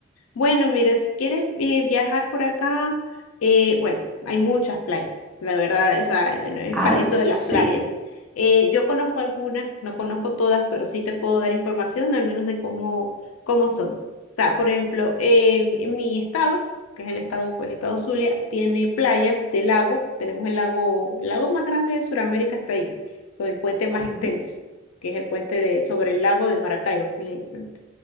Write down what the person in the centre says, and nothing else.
Ay,
sí.
Ujú.